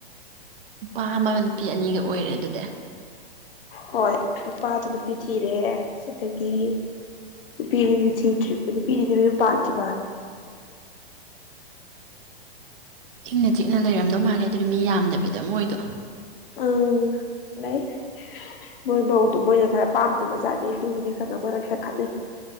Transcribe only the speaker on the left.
ꯍꯣꯏ ꯅꯨꯄꯥ ꯅꯨꯄꯤ ꯆꯖꯤꯔꯦ ꯑꯗꯨꯗꯒꯤ ꯄꯤꯅꯤ ꯆꯤ ꯄꯤꯅꯤ ꯄꯥꯟ ꯆ ꯃꯥꯜ
ꯎꯝ ꯂꯩ ꯃꯣꯏ ꯃꯧꯗ ꯃꯣꯏꯅ ꯈꯔ ꯄꯥꯝꯗꯨꯅ ꯆꯥꯠꯅꯩ ꯑꯗꯨꯒꯤꯗꯤ ꯈꯔ ꯃꯔꯛꯇ ꯈꯠꯅꯩ